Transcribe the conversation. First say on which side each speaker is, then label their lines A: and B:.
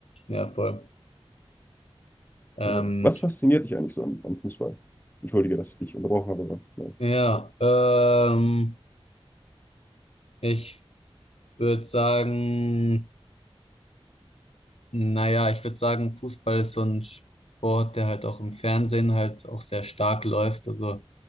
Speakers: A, on the left (about 80°); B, on the left (about 20°).
A: ja, voll. Ähm,
B: Äh, Was fasziniert dich eigentlich so am, am Fußball? Entschuldige, dass ich dich unterbrochen habe, aber ja.
A: ja, ähm, ich würde sagen, Naja, ich würde sagen, Fußball ist so ein Sport, der halt auch im Fernsehen halt auch sehr stark läuft. Also